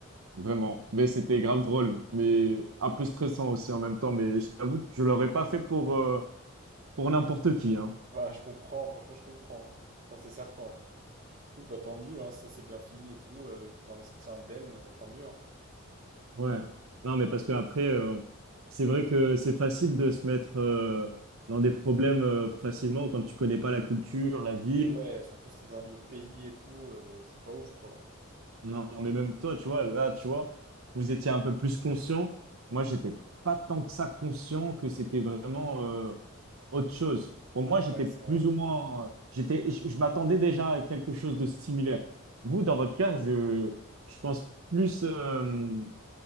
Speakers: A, on the right; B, on the right.
A: vraiment. Mais c'était grave drôle, mais un peu stressant aussi en même temps. Mais je t'avoue que je l'aurais pas fait pour, euh, pour n'importe qui, hein.
B: Bah, je comprends, franchement, je comprends. Ça, c'est certain. Écoute, bah, tant mieux, hein, si ça, c'est bien fini et tout. euh, t'en es sorti indemne, euh, tant mieux, hein.
A: Ouais. Non, mais parce que après, euh, c'est vrai que c'est facile de se mettre euh, dans des problèmes euh, facilement quand tu connais pas la culture, la ville.
B: Et ouais, surtout si t'es dans notre pays et tout, euh, c'est pas ouf quoi.
A: Non, mais même toi, tu vois, là, tu vois, vous étiez un peu plus conscient. Moi, j'étais pas tant que ça conscient que c'était vraiment euh, autre chose. Pour moi, j'étais
B: Ouais, c'est
A: plus
B: vrai.
A: ou moins, euh, j'étais, je, je m'attendais déjà à quelque chose de similaire. Vous, dans votre cas, je, je pense plus euh,